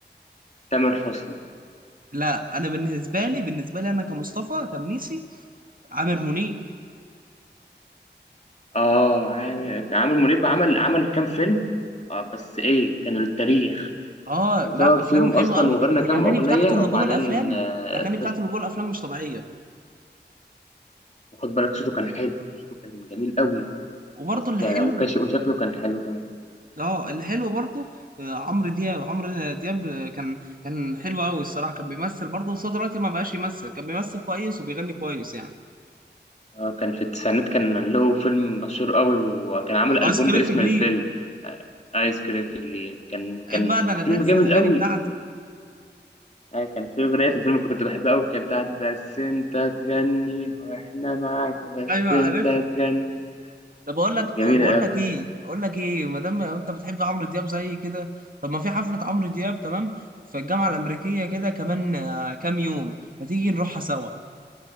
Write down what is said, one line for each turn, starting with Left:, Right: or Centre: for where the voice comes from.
Left: تامر حسني
Right: لا انا بالنسبه لي بالنسبه لي انا كمصطفى كمنيسي عامر منيب
Left: آه عامر عامر منيب عمل عمل كام فيلم آه بس إيه كانوا للتاريخ
Right: اه لا
Left: ظهر فيهم
Right: افلامه حلوه
Left: اصلا
Right: قوي
Left: وغنى
Right: والاغاني
Left: كام اغنيه
Right: بتاعته اللي
Left: وبعدين
Right: جوه الافلام
Left: آه،
Right: الاغاني بتاعته
Left: فت-
Right: اللي جوه الافلام مش طبيعيه
Left: خد بالك صوته كان حلو صوته كان جميل قوي
Right: وبرضه
Left: تحس
Right: اللي
Left: يعني
Right: حلو
Left: وكان ش- وشكله كان حلو كمان
Right: اه اللي حلو برضه آه، عمرو دياب عمرو دياب آه، كان كان حلو قوي الصراحه كان بيمثل برضه بس هو دلوقتي ما بقاش يمثل كان بيمثل كويس وبيغني كويس يعني
Left: آه، كان في التسعينات كان له فيلم مشهور قوي وكان عامل
Right: ايس
Left: البوم
Right: كريم
Left: باسم
Right: في جليم
Left: الفيلم آه، ايس كريم في الليل كان كان
Right: عيب بقى ده انا
Left: فيلم
Right: دارس
Left: جامد
Right: الاغاني
Left: قوي
Right: بتاعته
Left: آه، كان في اغنيه في الفيلم كنت بحبها قوي كانت بتاعت بس انت تغني واحنا معاك بس
Right: ايوه عارفها
Left: انت تغني
Right: ده بقول
Left: كانت
Right: لك
Left: جميله
Right: بقول
Left: قوي
Right: لك ايه اقول لك ايه ما دام انت بتحب عمرو دياب زي كده طب ما في حفله عمرو دياب تمام في الجامعه الامريكيه كده كمان آه، كام يوم ما تيجي نروحها سوا